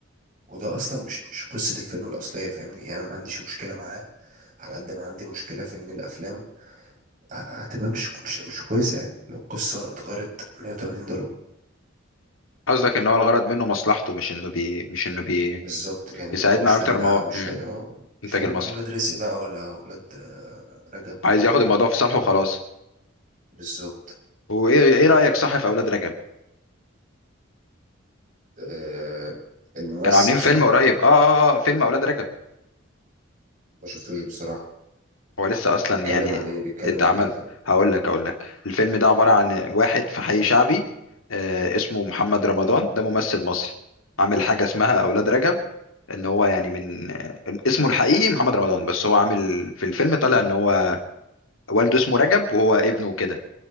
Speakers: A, on the right (about 40°); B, on the left (about 85°).
A: وده اصلا مش مش قصة الفيلم الاصلية فاهمني يعني انا ما عنديش مشكلة معاه على قد ما عندي مشكلة في ان الافلام هتبقى مش مش مش كويسة يعني لو قصة اتغيرت 180 درجة
B: قصدك ان هو الغرض منه مصلحته مش انه بي مش انه بي
A: بالظبط يعني
B: بيساعدنا
A: هو مش فارق
B: اكتر
A: معاه
B: ما هو
A: مش
B: مم.
A: فارق اه مش
B: الانتاج
A: فارق
B: المصري
A: معاه ولاد رزق بقى ولا ولاد آه، رجب
B: عايز ياخد الموضوع في صالحه وخلاص
A: بالظبط
B: وايه ايه رايك صح في اولاد رجب
A: آه الممثل
B: كانوا عاملين
A: صح
B: فيلم قريب اه اه اه فيلم اولاد رجب
A: ما شفتوش بصراحة
B: هو لسه اصلا
A: بيتكلم
B: يعني
A: عن ايه بيتكلم
B: اتعمل
A: عن ايه طيب
B: هقول لك اقول لك الفيلم ده عبارة عن واحد في حي شعبي آه اسمه محمد رمضان ده ممثل مصري عامل حاجة اسمها اولاد رجب ان هو يعني من آه، اسمه الحقيقي محمد رمضان بس هو عامل في الفيلم طالع ان هو والده اسمه رجب وهو ابنه كده